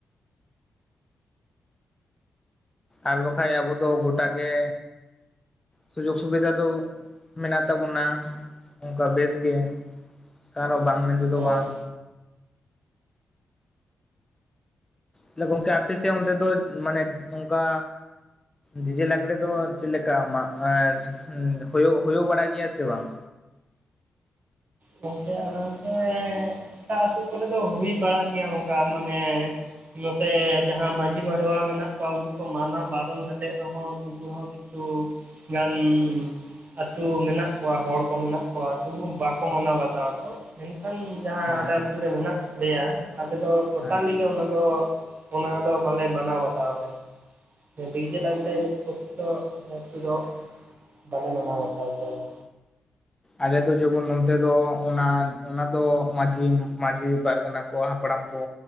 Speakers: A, on the left; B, on the right.
A: ᱟᱨ ᱵᱟᱠᱷᱟᱡ ᱟᱵᱚ ᱫᱚ ᱜᱚᱴᱟᱜᱮ ᱥᱩᱡᱳᱜᱽ ᱥᱩᱵᱤᱫᱷᱟ ᱫᱚ ᱢᱮᱱᱟᱜ ᱛᱟᱵᱚᱱᱟ, ᱚᱱᱠᱟ ᱵᱮᱥ ᱜᱮ ᱟᱨᱚ ᱵᱟᱝ ᱢᱮᱱ ᱛᱮᱫᱚ
B: ᱦᱳᱭ
A: ᱵᱟᱝ᱾ ᱛᱟᱦᱚᱞᱮ ᱜᱚᱝᱠᱮ ᱟᱯᱮ ᱥᱮᱫ ᱚᱱᱛᱮ ᱫᱚ ᱢᱟᱱᱮ ᱚᱝᱠᱟᱼᱼ ᱰᱤᱡᱮ ᱞᱟᱜᱽᱲᱮ ᱫᱚ ᱪᱮᱫ ᱞᱮᱠᱟ ᱢᱟ ᱮᱸ ᱦᱩᱭᱩᱜ ᱦᱩᱭᱩᱜ ᱵᱟᱲᱟᱜ ᱜᱮᱭᱟ ᱥᱮ ᱵᱟᱝ?
B: ᱜᱚᱝᱠᱮ ᱟᱞᱮ ᱚᱱᱛᱮ ᱮᱴᱟᱜ ᱟᱹᱛᱩ ᱠᱚᱨᱮ ᱫᱚ ᱦᱩᱭ ᱵᱟᱲᱟᱜ ᱜᱮᱭᱟ᱾ ᱚᱱᱠᱟ ᱢᱟᱱᱮᱼᱼ ᱱᱚᱛᱮ ᱡᱟᱦᱟᱸ ᱢᱟᱹᱡᱷᱤ ᱢᱟᱰᱚᱣᱟ ᱢᱮᱱᱟᱜ ᱠᱚᱣᱟ ᱩᱱᱠᱩ ᱠᱚ ᱢᱟᱱᱟ ᱵᱟᱨᱚᱱ ᱠᱟᱛᱮᱫ ᱨᱮᱦᱚᱸ ᱩᱱᱠᱩ ᱛᱚᱵᱩ ᱨᱮᱦᱚᱸ ᱠᱤᱪᱷᱩᱼᱼ ᱪᱷᱩ ᱜᱟᱱ ᱟᱹᱛᱩ ᱢᱮᱱᱟᱜ ᱠᱚᱣᱟ ᱦᱚᱲ ᱠᱚ ᱢᱮᱱᱟᱜ ᱠᱚᱣᱟ ᱛᱚᱵᱩ ᱵᱟᱝᱼᱼ ᱠᱚ ᱢᱟᱱᱟᱣ ᱵᱟᱛᱟᱣᱟ ᱠᱚ᱾ ᱢᱮᱱᱠᱷᱟᱱ ᱡᱟᱦᱟᱸ
A: ᱦᱮᱸ
B: ᱟᱞᱮ
A: ᱦᱮᱸ
B: ᱟᱹᱛᱩ ᱨᱮ ᱢᱮᱱᱟᱜ ᱞᱮᱭᱟ ᱟᱞᱮ ᱫᱚᱼᱼ ᱴᱳᱴᱟᱞᱤ
A: ᱦᱮᱸ
B: ᱜᱮ ᱚᱱᱟ ᱫᱚ ᱚᱱᱟ ᱫᱚ ᱵᱟᱞᱮ ᱢᱟᱱᱟᱣ ᱵᱟᱛᱟᱣᱟᱞᱮ᱾ ᱰᱤᱡᱮ ᱞᱟᱸᱽᱲᱮ ᱮᱱᱮᱡ ᱯᱚᱠᱷᱮ ᱫᱚ ᱮᱠᱴᱩ ᱫᱚᱼᱼ ᱵᱟᱞᱮ ᱢᱟᱱᱟᱣ ᱵᱟᱛᱟᱣ ᱜᱮᱭᱟᱞᱮ᱾
A: ᱟᱞᱮᱫᱚ ᱡᱮᱢᱚᱱ ᱚᱱᱛᱮ ᱫᱚ ᱚᱱᱟ ᱚᱱᱟ ᱫᱚ ᱢᱟᱹᱡᱷᱤ ᱢᱟᱹᱡᱷᱤ ᱯᱟᱨᱜᱟᱱᱟᱼᱼ ᱠᱚ ᱦᱟᱯᱲᱟᱢ ᱠᱚ